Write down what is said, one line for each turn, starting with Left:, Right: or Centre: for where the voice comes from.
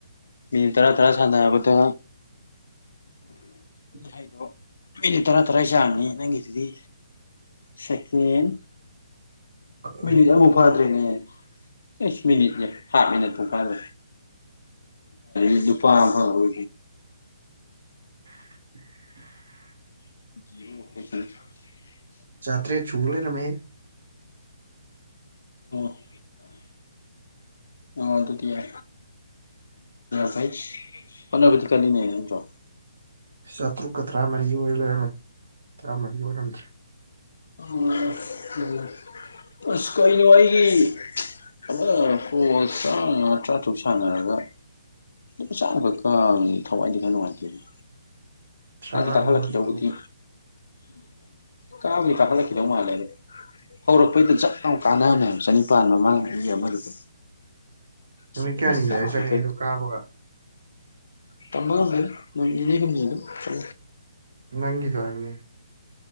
Left: ꯃꯤꯅꯠ ꯇꯔꯥ ꯇꯔꯥ ꯁꯥꯟꯅꯔꯥꯕꯗ
Right: <inaudible>
Left: ꯍꯥꯏꯗꯣ ꯃꯤꯅꯤꯠ ꯇꯔꯥ ꯇꯔꯥ ꯆꯥꯡꯅꯤ ꯅꯪꯒꯤꯗꯨꯗꯤ ꯁꯦꯀꯦꯟ
Right: ꯀꯔꯤ
Left: ꯃꯤꯅꯤꯠ ꯑꯃꯕꯨ ꯐꯥꯗ꯭ꯔꯦꯅꯦ ꯑꯦ ꯃꯤꯅꯤꯠꯌꯦ ꯍꯥꯐꯃꯤꯅꯤꯠ ꯐꯥꯎ ꯐꯗꯔꯤ ꯑꯗꯨ ꯐ ꯍ <unintelligible>
Right: <inaudible>
Left: <inaudible>
Right: ꯆꯥꯇꯔꯦꯠ ꯁꯨꯂꯩꯔꯃꯦꯍꯦ
Left: ꯑꯣ ꯑ ꯑꯗꯨꯗꯤ ꯑ ꯐꯥꯏ ꯍꯣꯠꯅꯅꯕꯗꯤ ꯀꯜꯂꯤꯅꯦ ꯑꯗꯣ
Right: ꯆꯥꯇ꯭ꯔꯨꯛꯀ ꯇꯔꯥꯃꯔꯤ ꯑꯣꯏꯔ ꯂꯩꯔꯝꯃꯤ ꯇꯔꯥꯃꯔꯤ ꯑꯣꯏꯔꯃꯗꯔ꯭ꯦ
Left: ꯑꯦ ꯑꯖꯖ ꯀꯩꯅꯣ ꯑꯩꯒꯤ ꯑꯗ ꯄ ꯇ꯭ꯔꯕ ꯁꯅꯔꯒ <unintelligible> ꯂꯨꯄꯥ ꯆꯝꯃꯥ ꯈꯛ ꯀꯥꯕꯁꯤꯗꯤ ꯊꯋꯥꯏ ꯈꯤꯇꯥꯪ ꯅꯨꯡꯉꯥꯏꯇꯦꯅꯦ
Right: ꯆꯪꯉꯛ
Left: ꯀꯥꯗꯤ ꯀꯥꯈꯠꯂꯛꯈꯤꯗꯧꯕꯗꯤ
Right: ꯑꯕꯕ ꯆꯪꯉꯨ
Left: ꯀꯥꯕꯗꯤ ꯀꯥꯈꯠꯂꯛꯈꯤꯗꯧ ꯃꯥꯜꯂꯦ ꯍꯧꯔꯛꯄꯩꯗ ꯖꯞ ꯀꯥꯟꯅꯕꯅꯦꯕ ꯆꯅꯤꯄꯥꯟ ꯃꯃꯥꯡ ꯑꯩ ꯑꯃꯗꯨꯗ
Right: ꯅꯨꯃꯤꯠ
Left: ꯁꯤ ꯊ
Right: ꯀꯌꯥꯅꯤ ꯂꯩꯔ ꯆꯪꯉꯛꯑꯦ
Left: <inaudible>
Right: ꯑꯗꯨ ꯀꯥꯕꯒ
Left: ꯇꯝꯕꯒꯗ ꯏꯅꯦ ꯍ ꯆ
Right: ꯅꯪꯤ ꯇꯔꯅꯤ